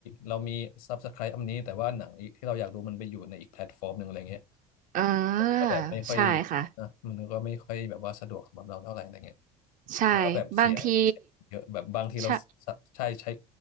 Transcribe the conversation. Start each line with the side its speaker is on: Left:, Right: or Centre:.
Left: เรามีซ u บสไค i b e อันนี้แต่ว่าหนังอีกที่เราอยากดูมันไปอยู่ในอีกแพลตฟอร์มหนึ่งอะไรเงี้ย
Right: เออ
Left: มันก็แบบไม่ค่อย
Right: ใช่ค่ะ
Left: นะมันก็ไม่ค่อยแบบว่าสะดวกสำหรับเราเท่าไหร่อะไรเงี้ย
Right: ใช่
Left: แล้วก็แบบเสียเสียเยอะแบบบางทีเราสะใช่ใช้
Right: บางทีใช่